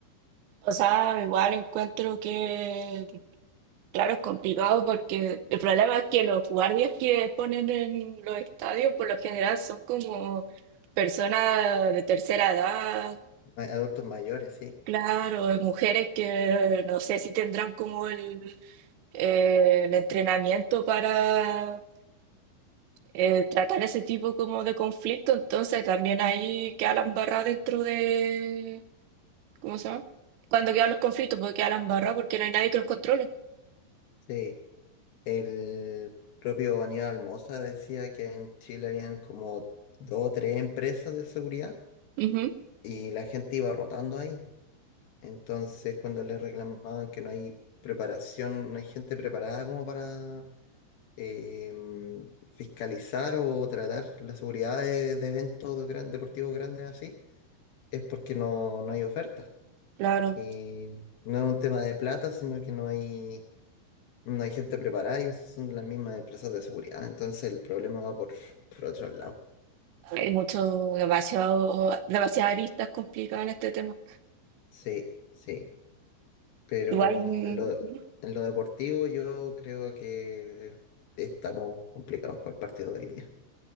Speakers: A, on the right (about 80°); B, on the left (about 70°).
A: O sea, igual encuentro que Claro, es complicado porque el problema es que los guardias que ponen en los estadios por lo general son como personas de tercera edad,
B: Ma- Adultos mayores, sí.
A: claro, mujeres que no sé si tendrán como el, eh, el entrenamiento para eh, tratar ese tipo como de conflicto, entonces también ahí queda la embarrada dentro de, ¿cómo se llama? Cuando quedan los conflictos, porque queda la embarrada porque no hay nadie que los controle.
B: Sí. El propio Aníbal Almoza decía que en Chile habían como dos o tres empresas de seguridad
A: Ujú,
B: y la gente iba rotando ahí. Entonces, cuando le reclamaban que no hay preparación, no hay gente preparada como para em, fiscalizar o tratar la seguridad de, de eventos gran- deportivos grandes así, es porque no, no hay oferta.
A: claro.
B: Y no es un tema de plata, sino que no hay, no hay gente preparada y esas son las mismas empresas de seguridad. Entonces el problema va por, por otro lado.
A: Hay mucho, demasiado, demasiadas aristas complicadas en este tema.
B: Sí, sí. Pero
A: Igual, mm,
B: en lo, en lo deportivo yo creo que estamos complicados por el partido de hoy día.